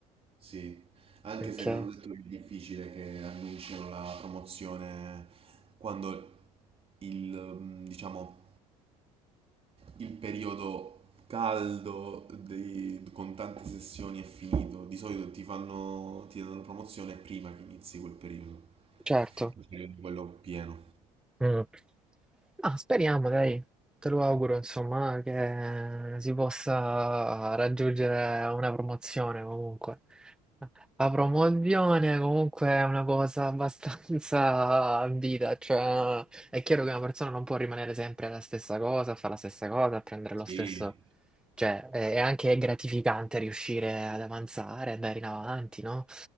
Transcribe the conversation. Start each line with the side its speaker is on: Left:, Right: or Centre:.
Right: Sì, anche
Centre: Ok,
Right: se mi hanno detto che è difficile che annunciano la promozione quando il, mm, diciamo, il periodo caldo dei- con tante sessioni è finito. Di solito ti fanno, ti danno la promozione prima che inizi quel periodo,
Centre: certo.
Right: il periodo quello pieno.
Centre: Mm. Ah, speriamo, dai. Te lo auguro, insomma, che si possa raggiungere una promozione comunque. La promozione comunque è una cosa abbastanza <laughs> ambita, cioè è chiaro che una persona non può rimanere sempre la stessa cosa, fare la stessa cosa, prendere
Right: Sì.
Centre: lo stesso, cioè è è anche gratificante riuscire ad avanzare, andare in avanti, no?